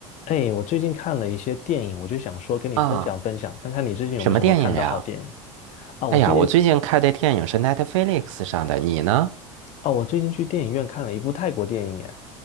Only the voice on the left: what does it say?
哎，我最近看了一些电影，我就想说跟你分享分享，
看看你最近有没有什么看到好电影
啊？我最近
啊，我最近去电影院看了一部泰国电影，哎。